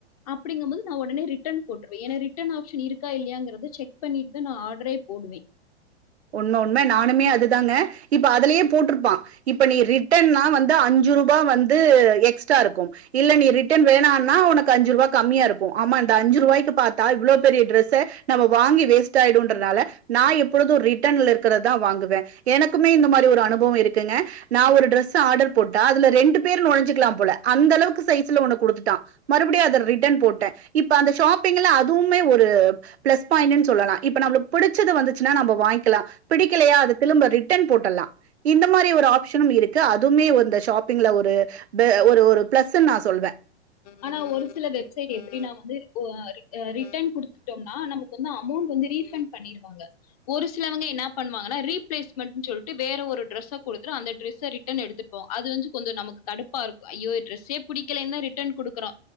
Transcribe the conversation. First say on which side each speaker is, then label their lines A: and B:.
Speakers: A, on the left; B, on the right.
A: அப்புடீங்கும்போது நா ஒடனே ரிட்டன் போட்ருவே ஏனா ரிட்டர்ன் ஆப்ஷன் இருக்கா இல்லையாங்கறது செக் பண்ணிட்டு நா ஆடரே போடுவே
B: உண்ம உண்ம நானுமே அதுதாங்க இப்ப அதுலயே போட்ருப்பா இப்ப நீ ரிட்டன்னா வந்து அஞ்சுறுபா வந்து எக்ஸ்ட்ரா இருக்கும் இல்ல நீ ரிட்டன் வேணானா உனக்கு ஐஞ்சுறுபா கம்மியா இருக்கோ ஆமா இந்த அஞ்சுருபாய்க்கு பாத்தா இவ்ளோ பெரிய ட்ரெஸ்ஸ நம்ம வாங்கி வேஸ்ட் ஆயிடோன்றனால நா எப்பொழுதும் ரி ட்டன்ல இருக்குறதுதா வாங்குவே எனக்குமே இந்த மாரி ஒரு அனுபவோ இருக்குங்க நா ஒரு ட்ரெஸு ஆர்டர் போட்டா அதுல ரெண்டு பேர் நுழஞ்சுக்குலா போல அந்த அளவுக்கு சைஸ்ல ஒன்ன குடுத்துட்டா மறுபடியு அத ரிட்டன் போட்டே இப்ப அந்த ஷாப்பிங்ல அதுவுமே ஒரு பிளஸ் பாயிண்ட்டுனு சொல்லலா இப்ப நம்முளுக்கு புடிச்ச வந்துச்சுனா நம்ப வாங் கிலா பிடிக்கலையா அது திலும்ப ரிட்டர்ன் போட்டலா இந்த மாரி ஒரு ஆப்ஷனு இருக்கு அதுவுமே வந்த ஷாப்பிங்ல ஒரு த ஒரு ஒரு பிளஸ்ன்னு நா சொல்வே
A: ஆனா ஒரு சில வெப்சைட் எப்டீனா வந்து ஒ அ ரிட்டர்ன் குடுத்துட்டோம்னா நமக்கு வந்து அமௌண்ட் வந்து ரீஃபண்ட் பண்ணிடுவாங்க ஒரு சிலவங்க என்ன பண்ணுவாங்கன்னா ரீ பிளேஸ்மெண்ட் சொல்ட்டு வேற ஒரு டிரஸ்ஸ கொடுத்துட்டு அந்த டிரஸ்ஸ ரிட் டன் எடுத்துருப்போ அது வந்து கொஞ்சோ நமக்கு கடுப்பா இருக்கும் ஐயோ டிரஸ்சே புடிக்கலன்தா ரிட்டன் கொடுக்கறோ